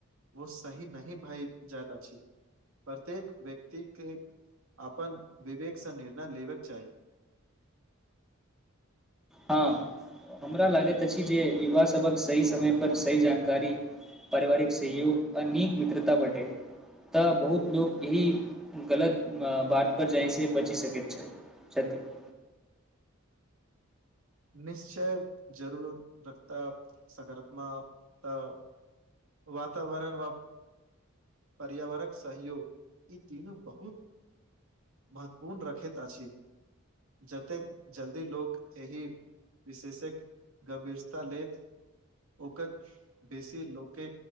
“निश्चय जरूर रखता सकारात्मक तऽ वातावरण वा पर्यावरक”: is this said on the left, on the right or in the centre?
Right